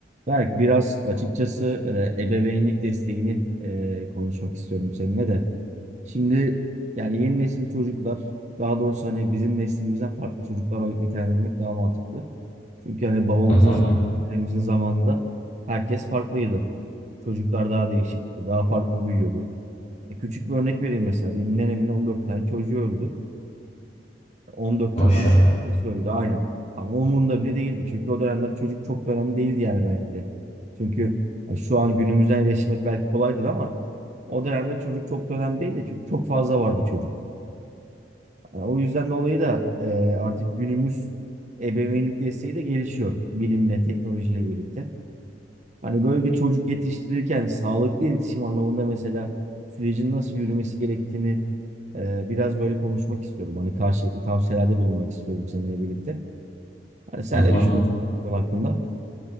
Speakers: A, on the right; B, on the left.
A: Berk, biraz açıkçası e, ebeveynlik desteğini e, konuşmak istiyorum seninle de. Şimdi yani yeni nesil çocuklar, daha doğrusu hani bizim neslimizden farklı çocuklar olarak nitelendirmek daha mantıklı. Çünkü hani babamızın,
B: Hı hı,
A: zam- dedemizin zamanında herkes farklıydı. Çocuklar daha değişikti, daha farklı büyüyordu. E, küçük bir örnek vereyim mesela. Benim nenemin 14 tane çocuğu öldü. 14
B: maşallah.
A: çocuğun 10 tanesi öldü aynen. Ama umurunda bile değildi. Çünkü o dönemde çocuk çok da önemli değildi yani belki de. Çünkü ya şu an günümüzden eleştirmek belki kolaydır ama o dönemde çocuk çok da önemli değildi. Çünkü çok fazla vardı çocuk. Yani o yüzden dolayı da e, artık günümüz ebeveynlik desteği de gelişiyor bilimle, teknolojiyle birlikte. Hani böyle bir çocuk yetiştirirken sağlıklı iletişim anlamında mesela sürecin nasıl yürümesi gerektiğini e, biraz böyle konuşmak istiyorum. Hani karşılıklı tavsiyelerde bulunmak istiyorum seninle birlikte. Hani sen
B: Hı hı.
A: ne düşünüyorsun bu konu hakkında?